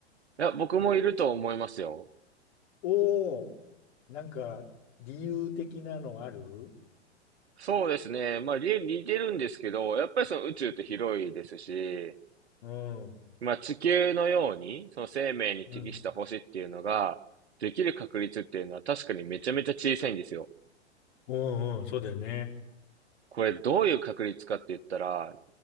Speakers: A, on the right; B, on the left.
A: や、僕もいると思いますよ。
B: おお、なんか理由的なのある
A: そうですね。まあ、り似てるんですけど、やっぱりその宇宙って広いですし、
B: うん。
A: まあ、地球のように、その生命に適した星っていうのが、
B: うん。
A: できる確率っていうのは確かにめちゃめちゃ小さいんですよ。
B: うんうん、そうだよね。
A: これどういう確率かって言ったら、